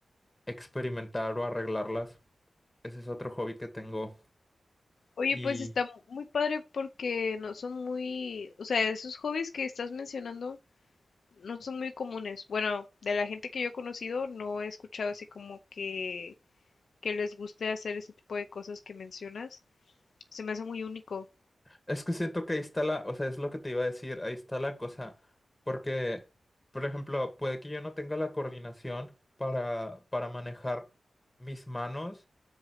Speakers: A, on the left; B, on the left.
A: experimentar o arreglarlas. Ese es otro hobby que tengo.
B: Oye,
A: Y
B: pues está mu- muy padre porque no son muy, o sea, esos hobbies que estás mencionando no son muy comunes. Bueno, de la gente que yo he conocido no he escuchado así como que que les guste hacer ese tipo de cosas que mencionas. Se me hace muy único.
A: es que siento que ahí está la, o sea, es lo que te iba a decir, ahí está la cosa. Porque, por ejemplo, puede que yo no tenga la coordinación para, para manejar mis manos